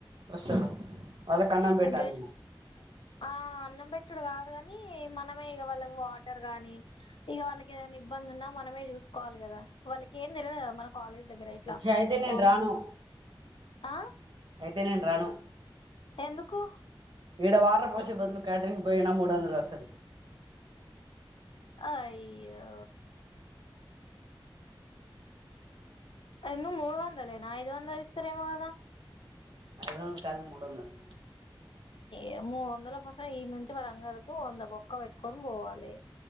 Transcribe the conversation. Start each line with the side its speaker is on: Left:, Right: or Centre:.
Right: వస్తారు వాళ్ళకి అన్నం పెట్టాలి
Left: గెస్ట్
Right: మనం
Left: ఆ అన్నం పెట్టుడు కాదు కాని మరి మనమే ఈగ వాళ్ళకి వాటర్ కానీ ఈగ వాళ్ళకి ఏదైనా ఇబ్బంది ఉన్న మనమే చూస చెప్పుకోవాలి కదా వాళ్ళకి ఏం తెలియదు కదా కాలేజ్ దగ్గర ఇట్లా
Right: ఇచ్చే అయితే నేను
Left: వాష్రూమ్స్
Right: రాను
Left: ఆ
Right: అయితే నేను రాను
Left: ఎందుకు
Right: ఇడ వాటర్ పోసేబధులు క్యాటరిగ్ పోయిన మూడువందల వస్తాయి
Left: అయ్యో ఇందు మూడు వందలేనా ఐదువందులు ఇస్తారు ఏమో కదా
Right: ఐదు వందలు కాదు మూడు వందలు
Left: ఏమో మందుల కోసం ఇనుంచి వరంగల్ కి వంద బొక్క బెట్టుకొని పోవాలి